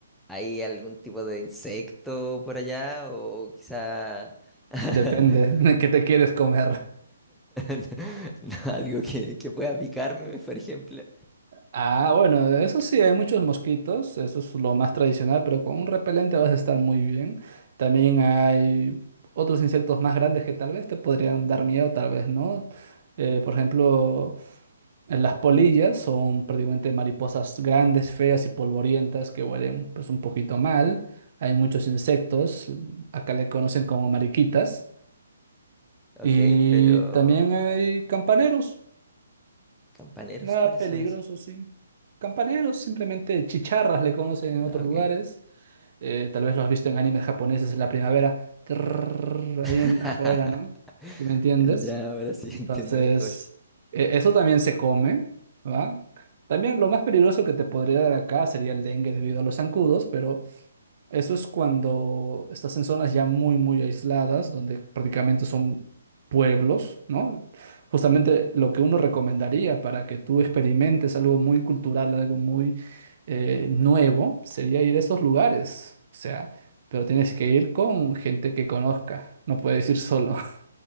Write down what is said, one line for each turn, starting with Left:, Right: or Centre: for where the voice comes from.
Centre: ¿hay algún tipo de insecto por allá? O quizá <laughs>
Right: Depende de qué te quieres comer.
Centre: no, algo que, que pueda picarme, por ejemplo.
Right: Ah, bueno, eso sí, hay muchos mosquitos, eso es lo más tradicional, pero con un repelente vas a estar muy bien. También hay otros insectos más grandes que tal vez te podrían dar miedo, tal vez no. Eh, por ejemplo, las polillas son prácticamente mariposas grandes, feas y polvorientas que huelen pues un poquito mal. Hay muchos insectos, acá le conocen como mariquitas.
Centre: Ok,
Right: Y
Centre: pero...
Right: también hay campaneros.
Centre: ¿Campaneros?
Right: Nada
Centre: ¿Cuáles
Right: peligroso,
Centre: son esos?
Right: sí. Campaneros, simplemente chicharras le conocen en otros
Centre: Ah, ok.
Right: lugares. Eh, tal vez lo has visto en animes japoneses en la primavera, trrr,
Centre: <laughs>
Right: ahí en, afuera, ¿no? ¿Sí me entiendes?
Centre: Ya, ahora sí
Right: Entonces,
Centre: <laughs> entiendo mejor.
Right: e- eso también se come, ¿va? También lo más peligroso que te podría dar acá sería el dengue debido a los zancudos, pero eso es cuando estás en zonas ya muy, muy aisladas, donde prácticamente son pueblos, ¿no? Justamente lo que uno recomendaría para que tú experimentes algo muy cultural, algo muy eh, nuevo, sería ir a estos lugares. O sea, pero tienes que ir con gente que conozca, no puedes ir solo. <laughs>